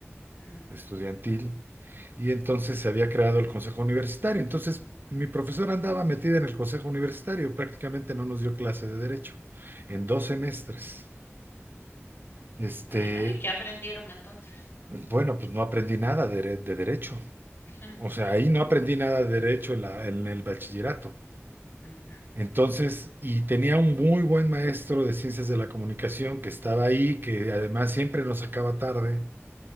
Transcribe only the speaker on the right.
estudiantil y entonces se había creado el consejo universitario. Entonces mi profesora andaba metida en el consejo universitario, prácticamente no nos dio clase de derecho en dos semestres. Este,
bueno, pues no aprendí nada de, dere- de derecho.
O sea, ahí no aprendí nada de derecho en la- en el bachillerato.
Entonces, y tenía un muy buen maestro de ciencias de la comunicación que estaba ahí, que además siempre nos sacaba tarde.